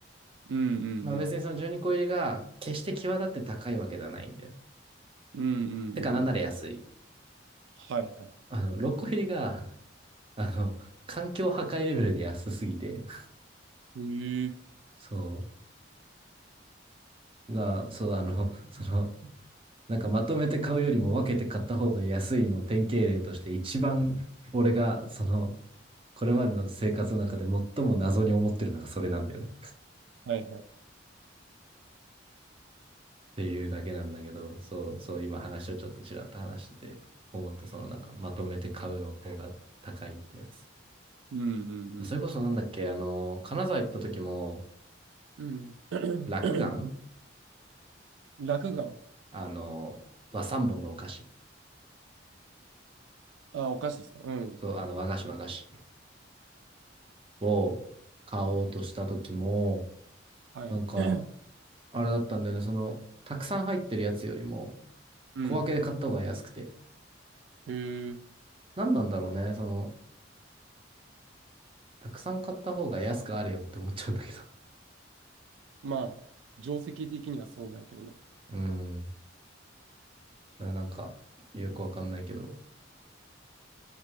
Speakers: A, on the right (about 70°); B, on the right (about 30°).
A: うんうんうん。
B: まあ別にその12個入りが決して際立って高いわけではないんだよ。
A: うんうんうんうん。
B: てかなんなら安い。
A: はいはい。
B: あの、6個入りが、あの、環境破壊レベルで安すぎて、
A: へえ。
B: そう。な、そう、あの、その、なんかまとめて買うよりも分けて買った方が安いのを典型例として一番俺がそのこれまでの生活の中で最も謎に思ってるのがそれなんだよねっ
A: はいはい。
B: ていうだけなんだけどそうそう今話をちょっとちらっと話してて思ったそのなんかまとめて買うの方が高いってやつ
A: うんうん
B: それこそなんだっけあの金沢行った時も
A: うん。うん。
B: 落眼
A: <clears throat> 落雁。
B: あのは三本のお菓子
A: あ、お菓子ですか。うん。
B: そうあの和菓子和菓子を買おうとした時も
A: はい。
B: なんか
A: <clears throat>
B: あれだったんだよね。その、たくさん入ってるやつよりも、
A: うん。
B: 小分けで買った方が安くて。
A: へえ。
B: 何なんだろうね。その、たくさん買った方が安くあれよって思っちゃうんだけど。
A: まあ、定石的にはそうなんやけどね。
B: <laughs> うん。だからなんか、よくわかんないけど、